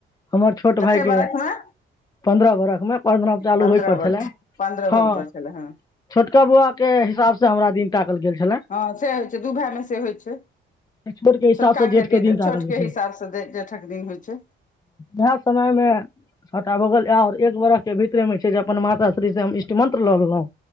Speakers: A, on the left; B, on the left.
A: हमर छोट
B: कते
A: भाईके
B: बरख मे
A: पन्द्रह बरखमे पन्द्रहम चालू
B: पन्द्रह
A: होइ पर छले,
B: बरख पन्द्रह
A: हँ
B: होइ पर छलै हँ
A: छोटका बौआ के हिसाबसे हमरा दिन ताकल गेल छले।
B: हँ से होइ छै दू भाय मे से होइ छै
A: बचकन के हिसाब
B: छोटका
A: से जेठ के दिन ताकल
B: छोट
A: जाइ
B: के हिसाब
A: छै।
B: से जेठक दिन होइ छै
A: वैह समय मे सबटा भ गेल और एक बरख के भितर में छै जे अपन माता श्री से हम इष्ट मंत्र ल लेलौं।